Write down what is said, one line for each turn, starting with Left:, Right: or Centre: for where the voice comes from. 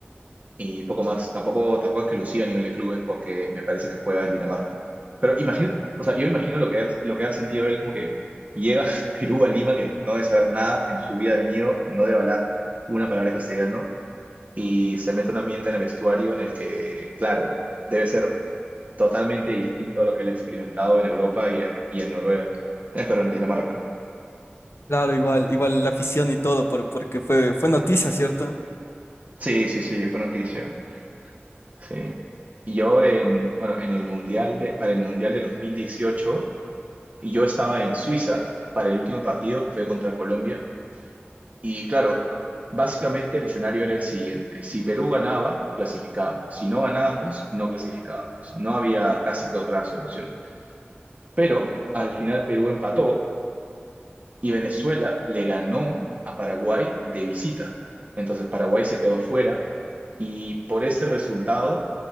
Right: Y poco más. Tampoco, tampoco es que lo lucía a nivel de clubes porque me parece que juega en Dinamarca. Pero imagino, o sea, yo imagino lo que ha, lo que ha sentido él como que llega <laughs> a Perú, a Lima, que no debe saber nada, en su vida ha venido, no debe hablar una palabra de castellano, y se mete en un ambiente en el vestuario en el que, claro, debe ser totalmente distinto a lo que él ha experimentado en Europa y, y en Noruega, Eh, pero en Dinamarca.
Left: Claro, igual, igual la afición y todo, por, porque fue, fue noticia, ¿cierto?
Right: Sí, sí, sí, fue noticia. Sí. Y yo en, bueno, en el mundial de, para el mundial de 2018 y yo estaba en Suiza para el último partido que fue contra Colombia y claro, básicamente el escenario era el siguiente. Si Perú ganaba, clasificábamos. Si no ganábamos, no clasificábamos. No había casi que otra solución. Pero al final Perú empató y Venezuela le ganó a Paraguay de visita. Entonces Paraguay se quedó fuera y por ese resultado